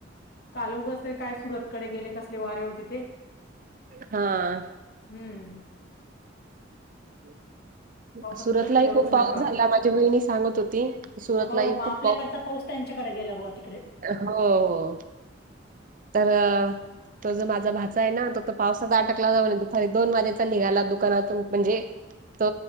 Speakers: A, on the left; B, on the right.
A: काल उगाच काय सुरतकडे गेले. कसले वारे होते ते?
B: हां.
A: हं.
B: हो.
A: पावसाच
B: सुरतलाही
A: तर विचारूच
B: खूप पाऊस
A: नका.
B: झाला. माझी वहिनी सांगत होती, सुरतलाही
A: हो मग
B: खूप
A: आपल्याकडचा पाऊस त्यांच्याकडे गेला बुवा तिकडे.
B: हो हो. तरं तो जो माझा भाचा आहे ना, तो तर पावसात अटकला होता म्हणे. दुपारी दोन वाजेचा निघाला दुकानातून म्हणजे तो